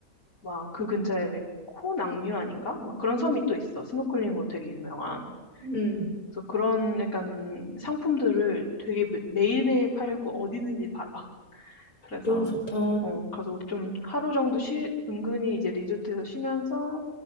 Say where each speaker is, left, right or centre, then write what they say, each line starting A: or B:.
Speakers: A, on the left; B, on the left.
A: 막 그 근처에 왜 코낭류 아닌가? 막 그런 섬이 또 있어. 스노클링으로 되게 유명한.
B: 음,
A: 그래서 그런 약간 상품들을 되게 매, 매일매일 팔고 어디든지 팔아. <laughs> 그래서
B: 너무 좋다.
A: 어, 가서 우리 좀 하루 정도 쉬, 은근히 이제 리조트에서 쉬면서